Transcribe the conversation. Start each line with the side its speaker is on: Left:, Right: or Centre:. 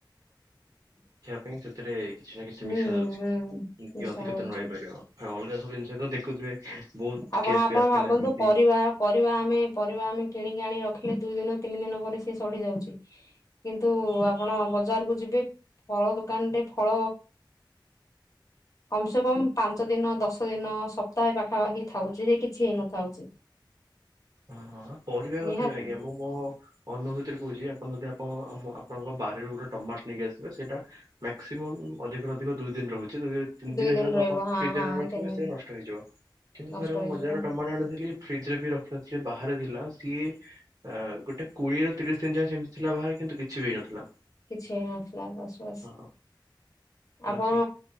Right: କଁ ସେଥିରେ କିଛି ନା କିଛି
Left: ହୁଁ
Right: ମିଶା ଯାଉଛି
Left: ହୁଁ ମିଶା
Right: ଅଧିକଦିନ
Left: ହଉଛି।
Right: ରହିପାରିବ। ହଁ ଅଲଗା ସବୁ ଜିନଷ ତ ଦେଖୁଥିବେ। ବହୁତ
Left: ଆପଣ
Right: କେସ୍
Left: ଆପଣ
Right: ବି ଆସିଥିଲା
Left: ଭାବନ୍ତୁ
Right: ଏମିତି।
Left: ପରିବା ପରିବା ଆମେ ପରିବା ଆମେ କିଣିକିଣି ରଖ ଲେ ଦୁଇ ଦିନ ତିନି ଦିନ ପରେ ସିଏ ସଢି ଯାଉଛି କିନ୍ତୁ ଆପଣ ବଜାରକୁ ଯିବେ ଫଳ ଦୋକାନ ରେ ଫଳ କମ୍ ସେ କମ୍ ପାଞ୍ଚ ଦିନ ଦଶ ଦିନ ସପ୍ତାହ ପାଖେ ଖାବା କିିଇ ଥାଉଛି ଯେ କିଛି ହେଇନଥାଉଛି।
Right: ହଁ ହଁ ପଢ଼ିବା କଥା
Left: ନିହାତି
Right: ବି ଆଜ୍ଞା ମୁଁ ମୋ ଅନୁଭୂତିରେ କହୁଛି ଆପଣ ଯଦି ପଣ ଆମ ଆପଣଙ୍କ ବାରିରୁ ଗୋଟେ ଟମାଟୋ ନେଇକି ଆସିବେ ସେଇଟା ମ୍ୟାକ୍ସିମମ୍ ଅଧିକରୁ ଅଧିକ ଦୁଇ ଦିନ ରହୁଛି। ତିନ
Left: ଦୁଇ
Right: ଦିନ ହେଲା ବେଳକୁ
Left: ରହିବ
Right: ଆପଣ
Left: ହଁ
Right: ଫ୍ରିଜରେ
Left: ହଁ
Right: ନ ରଖିବେ
Left: ତିନି ଦିନ
Right: ସେ ନଷ୍ଟ ହେଇଯିବ କିନ୍ତୁ
Left: ନଷ୍ଟ
Right: ଥରେ ମୁଁ
Left: ହେଇଯିବ
Right: ବଜାରରେ ଟମାଟୋ ଆଣିଥିଲି ଫ୍ରିଜରେ ବି ରଖ। ସିଏ ବାହାରେ ଥିଲା ସିଏ ଅ ଗୋଟେ କୋଡିଏରୁ ତିରିଶ ଦିନ ଯାଏଁ ସେମିତି ଥିଲା ବାହାରେ କିନ୍ତୁ କିଛି ବି ହେଇନଥିଲା।
Left: କିଛି ହେଇନଥିଲା ବାସ୍ ବାସ୍।
Right: ହଁ ଚାଲୁଛି
Left: ଆପଣ